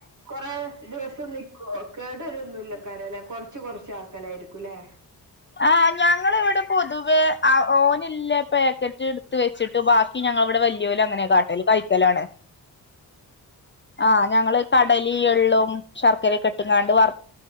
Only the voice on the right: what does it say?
കൊറെ ദിവസം നിക്കുവ കേടരൊന്നുമല്ല കരല്ല കൊറച്ച് കൊറച്ച് ആൾക്കലായിരിക്കുംല്ലേ